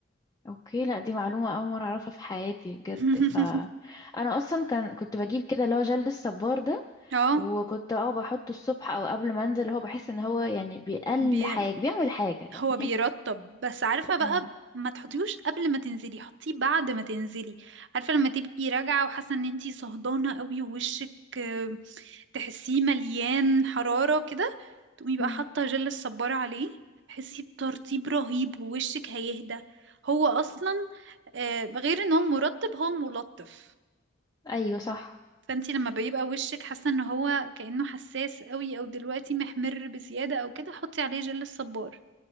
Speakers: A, on the left; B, on the right.
A: اوكي لا دي معلومه اول مره اعرفها في حياتي بجد
B: <laughs>
A: ف انا اصلا كان كنت بجيب كده اللي هو جل الصبار ده
B: اه
A: وكنت اه بحطه الصبح او قبل ما انزل هو بحس ان هو يعني بيقل
B: بي...
A: حاجة بيعمل حاجة يعني
B: هو بيرطب بس عارفة بقى
A: امم
B: ب- ما تحطيهوش قبل ما تنزلي حطيه بعد ما تنزلي عارفة لما تبقي راجعة وحاسة ان انتي صهدانة قوي ووشك آه، تحسيه مليان حرارة كده تقومي بقى
A: مم.
B: حاطة جل الصبارة عليه تحسي بترطيب رهيب ووشك هيهدى هو اصلا آه، غير ان هو مرطب هو ملطف
A: ايوه صح
B: فانتي لما بيبقى وشك حاسة ان هو كأنه حساس قوي او دلوقتي محمر بزيادة او كده حطي عليه جل الصبار